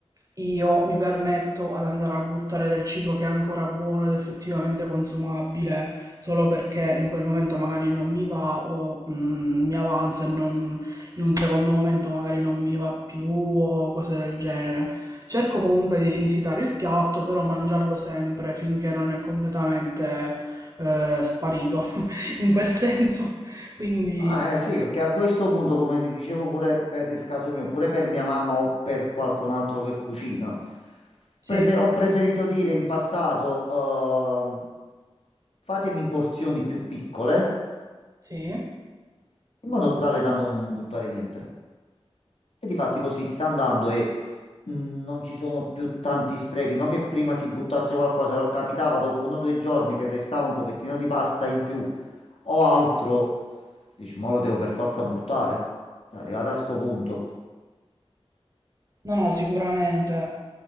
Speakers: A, on the right (about 35°); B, on the left (about 70°).
A: io mi permetto ad andare a buttare del cibo che è ancora buono ed effettivamente consumabile, solo perché in quel momento magari non mi va o mm, mi avanza e non- in un secondo momento magari non mi va più o cose del genere. Cerco comunque di rivisitare il piatto, però mangiarlo sempre finché non è completamente eh, sparito <laughs> in quel senso. Quindi
B: Ah, eh sì, perché a questo punto, come ti dicevo pure per il caso mio, pure per mia mamma o per qualcun altro che cucina,
A: sì,
B: prefe- ho preferito dire in passato, ehm, fatemi porzioni più piccole,
A: sì.
B: in modo tale da non buttare niente. E difatti così sta andando e mh, non ci sono più tanti sprechi, non che prima si buttasse qualcosa, però capitava dopo uno o due giorni che restava un pochettino di pasta in più o altro, dici, ma lo devo per forza buttare. È arrivato a sto punto.
A: No, no, sicuramente.